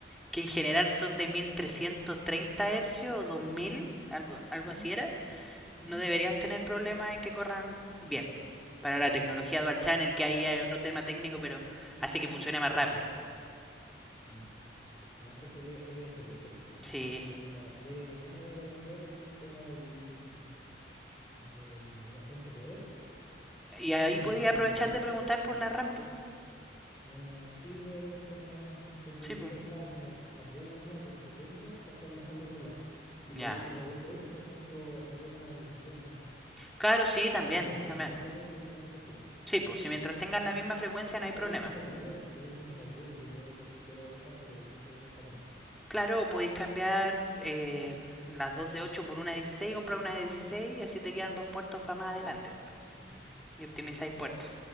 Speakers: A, in the centre; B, on the left.
A: que en general son de 1330 Hz o 2000, algo, algo
B: Mm,
A: así era,
B: mm,
A: no deberías tener problemas en que corran bien. Para la tecnología Dual Channel, que ahí hay otro tema técnico, pero hace que funcione más rápido.
B: Ya. Ya, entonces voy, voy a hacer eso. po.
A: Sí.
B: Voy a, voy a mañana voy a ir a cambiar el tema del, de la fuente de poder.
A: Y ahí
B: eh,
A: podía aprovechar de preguntar por
B: y
A: la RAM, po.
B: voy a, sí, voy a ver el tema de la RAM. Porque
A: Sí,
B: yo
A: pues,
B: pensaba como cambiar las nomás del que tengo, pasarlas al otro lado. Y por
A: Ya.
B: último dejo eso, me compro, agrego una de 16 más
A: Claro, sí, también,
B: pero con la
A: también.
B: misma frecuencia que me quites tú. po.
A: Sí, pues si mientras tengan la misma frecuencia no hay
B: Por
A: problema.
B: último la llevo, por último la llevo, le digo, oye, sabes que quiero otra, pero dieciséis de esta misma.
A: Claro, o podéis cambiar eh, las 2 de 8 por una de 16, y comprar una de 16, y así te quedan dos puertos para más adelante.
B: Mm.
A: Y optimizáis
B: Y eso,
A: puertos.